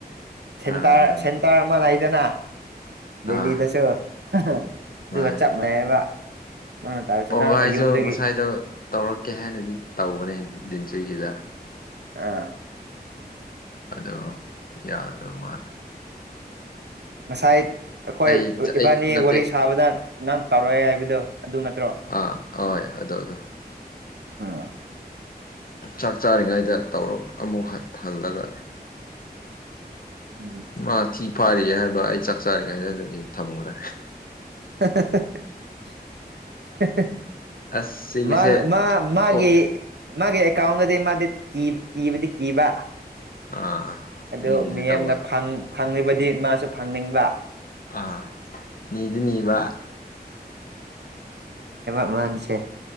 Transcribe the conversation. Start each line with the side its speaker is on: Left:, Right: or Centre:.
Right: ꯁꯦꯟꯇꯔ
Left: ꯑꯥ ꯑꯗꯨꯅꯦ
Right: ꯁꯦꯟꯇꯔ ꯑꯃ ꯂꯩꯗꯅ ꯗꯦꯜꯂꯤꯗꯁꯨ
Left: ꯑꯥ
Right: ꯍ ꯍꯥ ꯑꯗꯨꯒ
Left: ꯃꯥꯅꯦ
Right: ꯆꯞ ꯃꯥꯟꯅꯩꯕ ꯅꯪꯅ ꯇꯧꯔꯤꯁꯦ
Left: ꯄꯧꯒꯥꯏꯁꯨ
Right: ꯅꯪꯅ ꯌꯨꯝꯗꯒꯤ
Left: ꯉꯁꯥꯏꯗꯣ ꯇꯧꯔꯛꯀꯦ ꯍꯥꯏꯅꯗꯤ ꯇꯧꯕꯅꯦ ꯗꯤꯟꯆꯨꯢꯒꯤꯗ
Right: ꯑꯥ
Left: ꯑꯗꯣ ꯌꯥꯗꯕ ꯃꯥꯜꯂꯦ
Right: ꯉꯁꯥꯏ ꯑꯩꯈꯣꯏ
Left: ꯑꯩ ꯑꯩ
Right: ꯏꯕꯥꯅꯤ
Left: ꯅꯠꯇꯦ
Right: ꯋꯥꯔꯤ ꯁꯥꯕꯗ ꯅꯪ ꯇꯧꯔꯛꯑꯦ ꯍꯥꯏꯕꯗꯣ ꯑꯗꯨ ꯅꯠꯇ꯭ꯔꯣ
Left: ꯑꯥ ꯍꯣꯏ ꯑꯗꯨ ꯑꯗꯣ
Right: ꯑꯥ
Left: ꯆꯥꯛ ꯆꯥꯔꯤꯉꯩꯗ ꯇꯧꯔ ꯑꯃꯨꯛ ꯍ ꯍꯜꯂꯒ
Right: ꯎꯝ
Left: ꯃꯥ ꯊꯤ ꯐꯥꯔꯤꯌꯦ ꯍꯥꯏꯕ ꯑꯩ ꯆꯥꯛ ꯆꯥꯔꯤꯉꯩ ꯑꯗꯨꯗꯒꯤ ꯊꯝꯈ꯭ꯔꯦ
Right: ꯍꯍꯍ
Left: ꯑꯁ ꯁꯤꯒꯤꯁꯦ
Right: ꯃꯥ ꯃꯥ ꯃꯥꯒꯤ
Left: ꯑꯣ
Right: ꯃꯥꯒꯤ ꯑꯦꯀꯥꯎꯟꯗꯗꯤ ꯃꯥꯗꯤ ꯀꯤ ꯀꯤꯕꯗꯤ ꯀꯤꯕ
Left: ꯑꯥ
Right: ꯑꯗꯨ
Left: ꯃꯤꯒꯤꯗꯤ
Right: ꯃꯤꯌꯦꯝꯅ
Left: ꯇꯧꯕ
Right: ꯐꯪ ꯐꯪꯉꯤꯕꯗꯤ ꯃꯥꯁꯨ ꯐꯪꯅꯤꯡꯕ
Left: ꯑ ꯅꯤꯗꯤ ꯅꯤꯕ
Right: ꯃꯥꯒꯤꯁꯦ